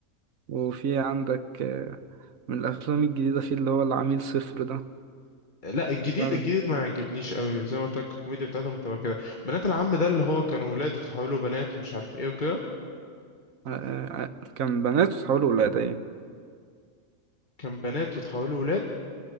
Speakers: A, on the right; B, on the left.
A: وفي عندك آه، من الافلام الجديده في اللي هو العميل صفر ده
B: لا الجديد
A: مش عارف
B: الجديد
A: بقى.
B: ما عجبنيش قوي زي ما قلت لك الكوميديا بتاعتهم بتبقى كده بنات العم ده اللي هو كانوا ولاد وتحولوا بنات ومش عارف ايه وكده
A: آه، آه، آه، كان بنات وتحولوا ولاد ايه
B: كان بنات وتحولوا ولاد